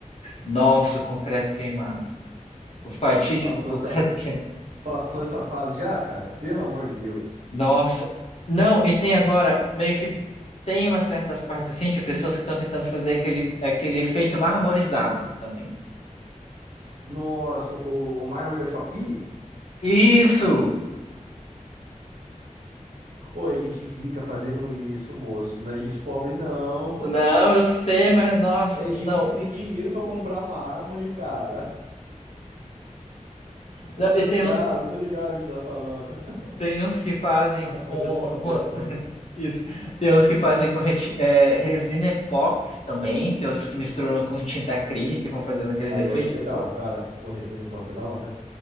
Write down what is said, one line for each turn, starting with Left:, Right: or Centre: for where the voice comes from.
Left: Nossa, o concreto queimado. O fatídico
Right: Passou
Left: <laughs> concreto
Right: essa,
Left: queimado.
Right: passou essa fase já, cara? Pelo amor de Deus.
Left: Nossa. Não, e tem agora, meio que tem umas certas partes assim de pessoas que estão tentando fazer aquele, aquele efeito marmorizado também.
Right: S- Nossa, o, o mármore da Shopee?
Left: Isso!
Right: Ou é gente rica fazendo isso, moço? Não é gente pobre, não. <laughs>
Left: Não, eu sei, mas nossa,
Right: É gente
Left: não.
Right: que tem dinheiro pra comprar mármore, cara.
Left: Não,
Right: Eu tô
Left: e
Right: ligado,
Left: tem uns
Right: eu tô ligado o que você tá falando.
Left: Tem uns que fazem
Right: <laughs> Mas mas
Left: com,
Right: da chope
Left: com-
Right: é foda.
Left: isso. Tem uns que fazem com reti- é, resina epox também, tem outros que misturam com tinta acrílica e vão fazendo aqueles
Right: Aí
Left: efeitos.
Right: eu acho legal,
Left: Pô,
Right: cara. Pô, resina epóxi é da hora.